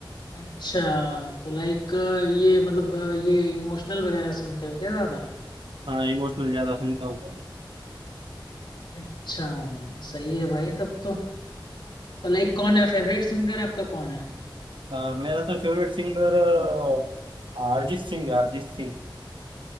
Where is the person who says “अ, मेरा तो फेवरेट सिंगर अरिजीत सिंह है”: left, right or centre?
Right